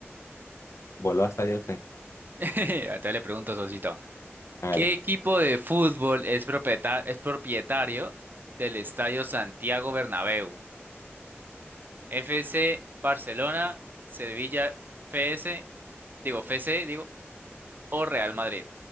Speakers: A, on the left; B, on the right.
A: Voló hasta allá usted.
B: <laughs> Entonces le pregunto, Sosito,
A: Hágale.
B: ¿qué equipo de fútbol es propieta- es propietario del Estadio Santiago Bernabéu? FC Barcelona, Sevilla FS, digo FC, digo, o Real Madrid.